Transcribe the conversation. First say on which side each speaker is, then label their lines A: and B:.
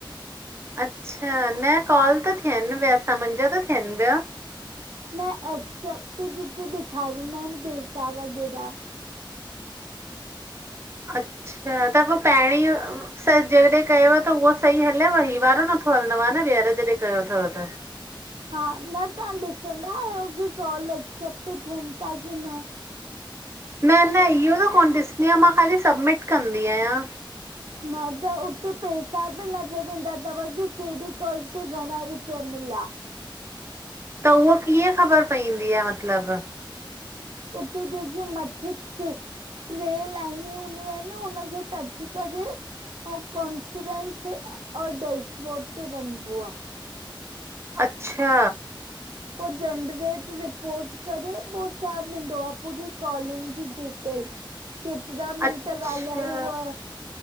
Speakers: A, on the right; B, on the right.
A: अच्छा, न कॉल त थियनि पिया ता, मुंहिंजा त थियनि पिया।
B: न एक्सेप्ट जिते ॾखारीना आहिनि, पेसा वग़ैरा।
A: अच्छा त पोइ, पहिणी स जॾहिं कयव त उहो सही हल्यव, हीउ वारो नथो हलंदव न, ॿीहर जॾहिं कयो अथव त?
B: हा न तहां ॾिसंदा आहियो की, कॉल एक्सेप्ट थियनि ता की न?
A: न- न इहो त कोन ॾिसदी आहियां, मां ख़ाली सबमिट कंदी आहियां।
B: न त उते पैसा बि न छॾींदा, तव्हांखे कहिड़ी कॉल ते घणा रुपिया मिला?
A: त उहो कीअं ख़बर पईंदी आहे मतिलबु?
B: उते जेके मथे थि टे लाइनूं हूंनियूं आहिनि, हुनखे टच करे ऐं कॉनफिडेंस, और डेश बोड ते वञबो आहे।
A: अच्छा।
B: पोइ जनरेट रिपोर्ट करे, पोइ सभ ईंदो आहे पूरी कॉलिंग जी डिटेल। केतिरा मिंट
A: अच्छा
B: ॻाल्हाई, उहा।